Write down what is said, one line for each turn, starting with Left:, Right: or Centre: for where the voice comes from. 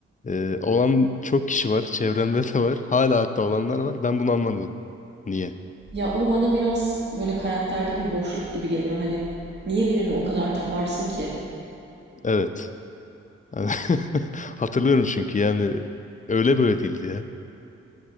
Left: Ee, olan çok kişi var. Çevremde de var. Hala hatta olanlar var. Ben bunu anlamıyorum. Niye?
Right: Ya o bana biraz böyle karakterde bir boşluk gibi geliyor. Hani niye birini o kadar taparsın ki?
Left: Evet. Yani <laughs> hatırlıyorum çünkü yani öyle böyle değildi ya.